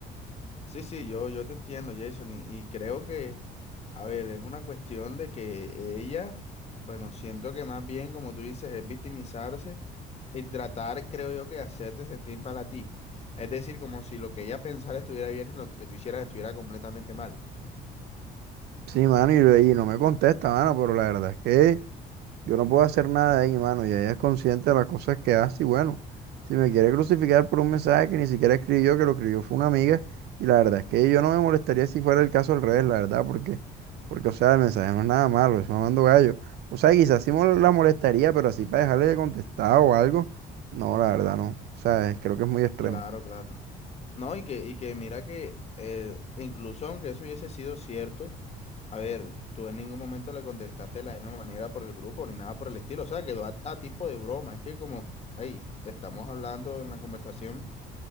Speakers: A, on the left; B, on the right.
A: sí, sí, yo, yo te entiendo, Jason, y, y creo que, a ver, es una cuestión de que ella, bueno, siento que más bien, como tú dices, es victimizarse y tratar, creo yo, que de hacerte sentir mal a ti. Es decir, como si lo que ella pensara estuviera bien y lo que tú hicieras estuviera completamente mal.
B: Sí, mano, y, y no me contesta, mano, pero la verdad es que Yo no puedo hacer nada de ahí, mano. Y ella es consciente de las cosas que hace. Y bueno, si me quiere crucificar por un mensaje que ni siquiera escribí yo, que lo escribió fue una amiga. Y la verdad es que yo no me molestaría si fuera el caso al revés, la verdad, porque, porque, o sea, el mensaje no es nada malo, es mamando gallo. O sea, quizás sí mol- la molestaría, pero así para dejarle de contestar o algo, no, la verdad no. O sea, creo que es muy extremo.
A: Claro, claro. No, y que, y que mira que eh, incluso aunque eso hubiese sido cierto, a ver, tú en ningún momento le contestaste de la misma manera por el grupo ni nada por el estilo, o sea, quedó a, a tipo de broma, es que como, hey, estamos hablando en la conversación,